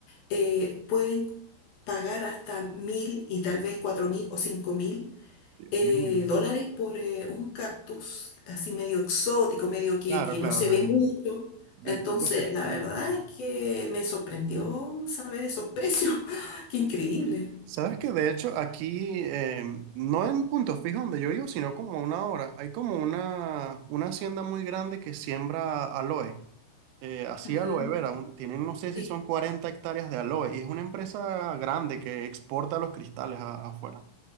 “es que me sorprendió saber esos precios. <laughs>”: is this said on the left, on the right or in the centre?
Left